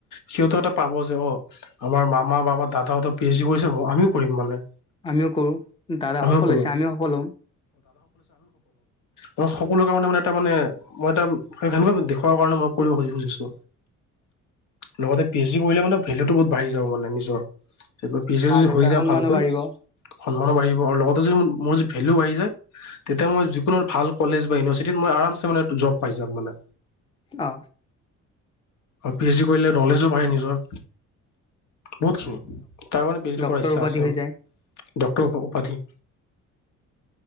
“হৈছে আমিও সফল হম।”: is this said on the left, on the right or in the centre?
Left